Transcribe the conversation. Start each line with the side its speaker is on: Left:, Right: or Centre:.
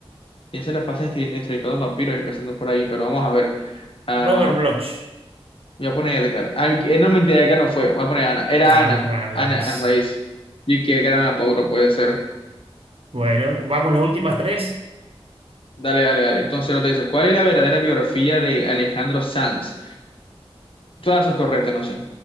Left: ¿Quién se la pasa escribiendo entrevistando a vampiros empezando por ahí? Pero vamos a ver. Ah,
Right: Robert Bloch.
Left: voy a poner Edgar. Ah, eh, no, mentira, Edgar no fue. Voy a poner Ana. Era
Right: Sunrise.
Left: Ana. Ana, Ana Raíz. Y que Edgar Allan Poe no puede ser.
Right: Bueno, vamos las últimas tres.
Left: Dale, dale, dale. Entonces lo te dice, ¿cuál es la verdadera biografía de Alejandro Sanz? Todas son correctas, no sé.